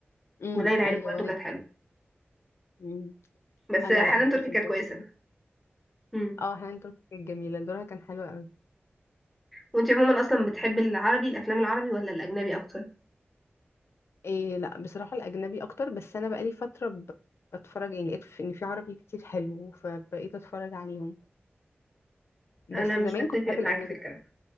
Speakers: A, on the left; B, in the centre.
A: امم
B: وليلى علوي
A: ايوه وانا
B: برضه كانت حلوه
A: مم.
B: بس
A: انا
B: حنان
A: لا بحب
B: تركي
A: الفيلم
B: كانت
A: ده
B: كويسه
A: بصراحة.
B: امم
A: اه هانت كانت جميله دورها كان حلو قوي
B: وانت عموما اصلا بتحب العربي الافلام العربي ولا الاجنبي اكتر
A: إيه لا بصراحة الأجنبي أكتر بس أنا بقالي فترة ب- بتفرج يعني لقيت في- إن في عربي كتير حلو فبقيت أتفرج عليهم بس
B: انا مش
A: زمان
B: بتفق
A: كنت بحب الأجنبي
B: معاكي في الكلام